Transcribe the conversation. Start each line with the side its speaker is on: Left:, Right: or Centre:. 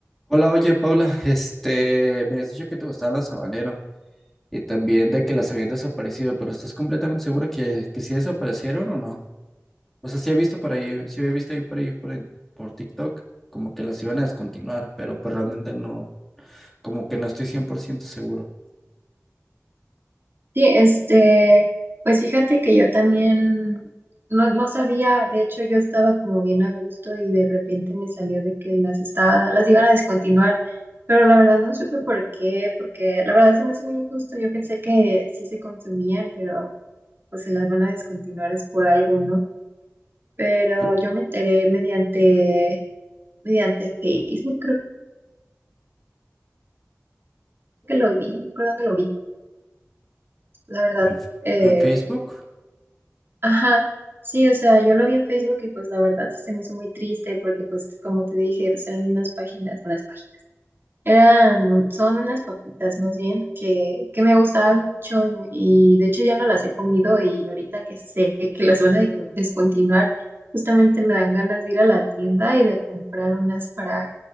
Centre: Hola, oye Paula, este, me has dicho que te gustaban los habaneros y también de que las habían desaparecido, pero ¿estás completamente segura que, que sí desaparecieron o no? O sea, sí he visto por ahí, sí he visto ahí por ahí por, en- por TikTok como que las iban a descontinuar, pero pues realmente no, como que no estoy 100% seguro.
Right: Sí, este, pues fíjate que yo también no, no sabía, de hecho yo estaba como bien a gusto y de repente me salió de que las estaba, las iban a descontinuar, pero la verdad no supe por qué, porque la verdad se me hace muy injusto, yo pensé que sí se consumían, pero pues se las van a descontinuar es por algo, ¿no? Pero
Centre: Pues,
Right: yo me enteré mediante, mediante Facebook, creo que lo vi, no me acuerdo dónde lo vi, la verdad.
Centre: ¿En, F-
Right: eh,
Centre: en Facebook?
Right: Ajá, sí, o sea, yo lo vi en Facebook y pues la verdad sí se me hizo muy triste porque pues como te dije, pues eran unas páginas, unas páginas, eran, un- son unas papitas más bien que, que me gustaban mucho y, y de hecho ya no las he comido y ahorita que sé que las van a de- descontinuar, justamente me dan ganas de ir a la tienda y de comprar unas para,